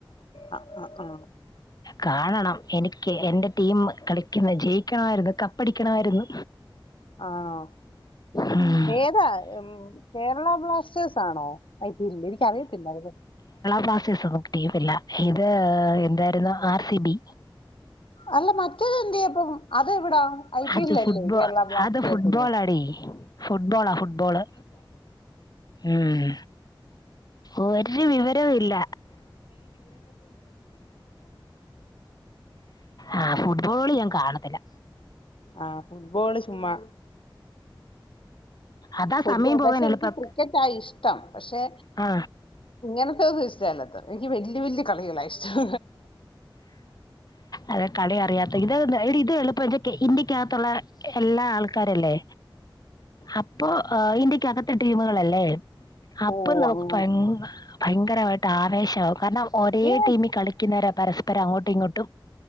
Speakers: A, on the left (about 85°); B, on the left (about 50°).
A: ആ, ആ, ആ.
B: കാണണം എനിക്ക് എ എന്റെ ടീം കളിക്കുന്നെ ജയിക്കണമായിരുന്നു കപ്പടിക്കണാമായിരുന്നു
A: ആണോ
B: ഉം.
A: ഏതാ ഉം കേരള ബ്ലാസ്റ്റേഴ്സ് ആണോ ഐ പി എൽ എനിക്കറിയത്തില്ല ഇത്
B: ബ്ലാസ്റ്റേഴ്‌സ്ൻ ഒന്നും ടീമില്ല ഇത് എന്തായിരുന്നു ആർ സി ബി
A: അല്ല മറ്റേത് എന്തിയെ അപ്പം അത് എവ്ടാ ഐ പി
B: അത്
A: എല്ലിൽ
B: ഫുട്ബോൾ
A: അല്ലേ കേരള ബ്ലാസ്റ്റേഴ്സിൻ
B: അത് ഫുട്ബോളാടി ഫുട്ബോളാ ഫുട്ബോള് ഉം. ഒരു വിവരവും ഇല്ല ആ ഫുഡ് ബോൾ ഞാൻ കാണത്തില്ല
A: ആ ഫുട്ബോള് ചുമ്മാ
B: അതാ
A: ഫുട്ബോൾ
B: സമയം പോകാൻ
A: പക്ഷെ
B: എളുപ്പം
A: എനിക്ക് ക്രിക്കറ്റാ ഇഷ്ടം പക്ഷെ
B: ആ
A: ഇങ്ങനത്തെ ഒന്നും ഇഷ് ട്ട ഇല്ലാത്തെ എനിക്ക് വല്യ വല്യ കളികളാ ഇഷ്ടം
B: അത് കളി അറിയാത്തെ ഇത് ത് എടി ഇത് എളുപ്പാ ഇതൊക്കെ ഇന്ത്യ ത്തുള്ള എല്ലാ ആൾക്കാരല്ലേ അപ്പോ ഇന്ത്യക്കകത്ത് ടീമുകളല്ലേ അപ്പൊ
A: ഓ
B: നമക്ക്
A: അങ്ങനെ
B: ഭയ- ഭയങ്കരമായിട്ട ശവും ണം <unintelligible> ഒരേ
A: ഏ
B: ടീമിൽ കളിക്കുന്നേരം പരസ്പരം അങ്ങോട്ടും ഇങ്ങോട്ടും